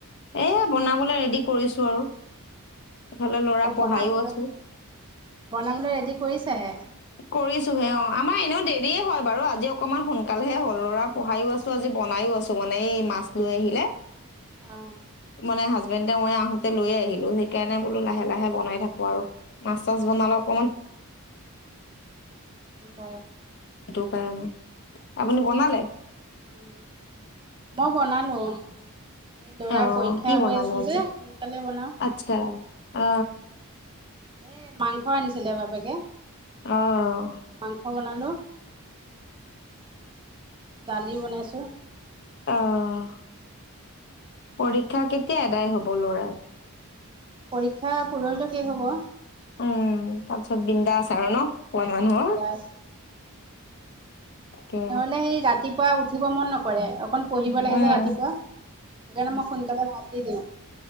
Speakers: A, on the left; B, on the right.
A: এ বনাবলৈ ৰেডি কৰিছো আৰু সফালে লৰা
B: অ
A: পঢ়াইও
B: বনাবলৈ
A: আছো
B: বনাবলৈ ৰেডি কৰিছাহে
A: কৰিছোহে অ আমাৰ এনেও দেৰিয়ে হয় বাৰু আজি অকমান সোনকালেহে হৰু ল'ৰা পঢ়াইও আছো আজি বনাইও আছো মানে এই মাছ লৈ আহিলে
B: অ
A: মানে হছবেণ্ডে মই আহোঁতে লৈয়ে আহিলো সেইকাৰণে বোলো লাহে লাহে বনাই থাকো আৰু মাছ চাছ বনালে অকণমান
B: ব
A: সেইটো কাৰণে আপুনি বনালে
B: উম মই বনালো এই লৰা
A: অ
B: পৰীক্ষা
A: কি বনালে
B: হৈ আছে
A: আজি
B: যে সোনকালে বনাও
A: আচ্ছা অ
B: এ মাংস আনিছিলে বাপেকে
A: আহ
B: মাংস বনালো দালি বনাইছো
A: আহ পৰীক্ষা কেতিয়া এদাই হব লৰাৰ
B: পৰীক্ষা পৰহিলৈ শেষ হব
A: উম তাৰ পিছত বিন্দা আচাৰ ন পোৱালি মানুহৰ
B: বিন্দাস
A: তাকে
B: নহলে সেই ৰাতিপুৱা উঠিব মন নকৰে অকণ পঢ়িব লাগে
A: উম
B: যে ৰাতিপুৱা সেইকাৰণে মই সোনকালে মাতি দিওঁ